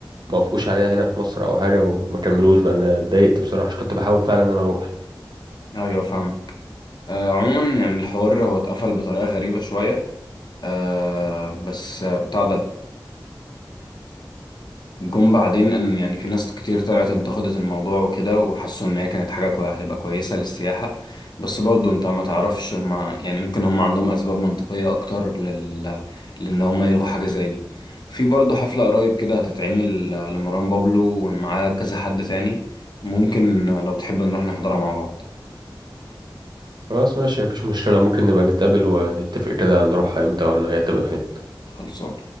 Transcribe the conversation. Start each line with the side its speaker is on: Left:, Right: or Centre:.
Right: ما وافقوش عليها هنا في مصر او حاجه وما كملوش بقى انا اتضايقت بصراحه عشان كنت بحاول فعلا ان انا اروح
Left: ايوه فاهمك آه عموما يعني الحوار هو اتقفل بطريقة غريبة شوية آه بس آه، بتاع ده جم بعدين ان يعني في ناس كتير طلعت انتقدت الموضوع وكده وحسوا ان هي كانت حاجه كويسه هتبقى كويسه للسياحه بس برضو انت ما تعرفش ما يعني ممكن هم عندهم اسباب منطقيه اكتر لل لان هم يلغوا حاجه زي دي في برضو حفله قريب كده هتتعمل لمروان بابلو ومعاه كذا حد تاني ممكن لو تحب نروح نحضرها مع بعض
Right: خلاص ماشي مفيش مشكلة ممكن نبقى نتقابل ونتفق كده هنروح امتى ولا هي تبقى فين
Left: خلصان